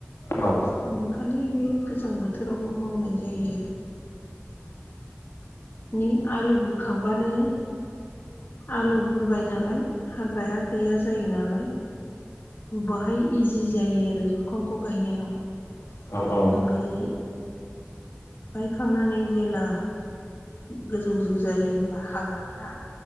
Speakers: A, on the left (about 70°); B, on the left (about 45°).
A: औ
B: जों खालि बे गोजां बोथोरावल' मावनाय जायो आरो नि आलु बुरखांबानो आलु बुरबाय नालाय हाग्राया गैया जायो नालाय बाहाय इजि जायो आरो जुखामखौ गायनायाव
A: औ औ
B: ओमफ्राय गायखांनानै जेब्ला गोजौ गोजौ जायो होनबा हाग्राफ्रा